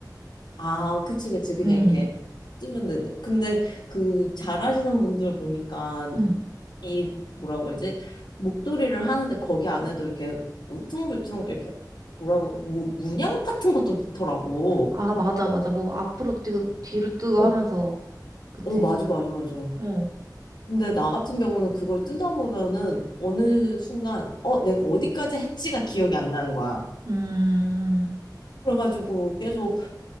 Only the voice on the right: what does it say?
응,
응.
아, 맞아, 맞아. 뭐 앞으로 뛰고 뒤로 뛰고
하면서 그치?
어.
음,